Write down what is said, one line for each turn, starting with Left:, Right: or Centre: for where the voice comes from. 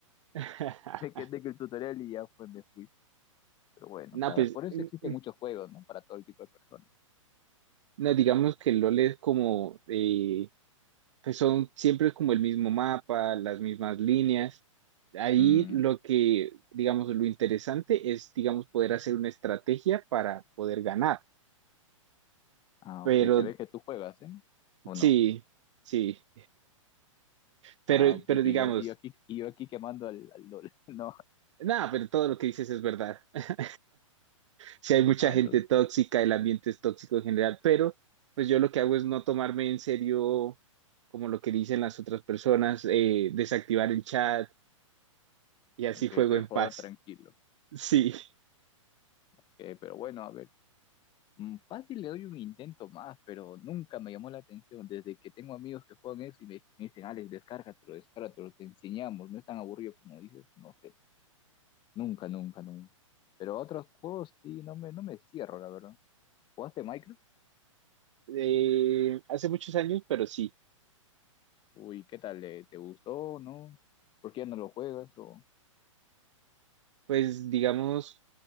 Right: <laughs>
Left: <laughs> Me quedé con el tutorial y ya fue, me fui. Pero bueno,
Right: No,
Left: cada,
Right: pues
Left: por eso
Right: mm,
Left: existen
Right: mm,
Left: muchos juegos, ¿no? Para todo el tipo de personas.
Right: no, digamos que el LOL es como, eh, pues son siempre como el mismo mapa, las mismas líneas. Ahí
Left: Mm,
Right: lo que, digamos, lo interesante es, digamos, poder hacer una estrategia para poder ganar.
Left: ah,
Right: Pero
Left: ok, se ve que tú juegas, ¿eh? ¿O
Right: sí,
Left: no?
Right: sí, pero,
Left: Ah,
Right: pero
Left: pucha,
Right: digamos,
Left: y yo, y yo aquí, y yo aquí quemando al, al LOL. <laughs> No,
Right: nada, pero todo lo que dices es verdad. <laughs> Si hay mucha
Left: ah,
Right: gente
Left: entonces,
Right: tóxica, el ambiente es tóxico en general, pero pues yo lo que hago es no tomarme en serio como lo que dicen las otras personas, eh, desactivar el chat y así
Left: ok,
Right: juego
Left: tú eres
Right: en
Left: jugador
Right: paz.
Left: tranquilo.
Right: <laughs> Sí,
Left: Ok, pero bueno, a ver. Mm, Fácil le doy un intento más, pero nunca me llamó la atención. Desde que tengo amigos que juegan eso y me, me dicen, Alex, descárgatelo, descárgatelo, te enseñamos, no es tan aburrido como dices, no sé, nunca, nunca, nunca. Pero otros juegos sí, no me, no me cierro, la verdad. ¿Jugaste Minecraft?
Right: Eh, hace muchos años, pero sí,
Left: Uy, ¿qué tal? eh? ¿Te gustó? o ¿No? ¿Por qué ya no lo juegas? ¿O,
Right: pues digamos,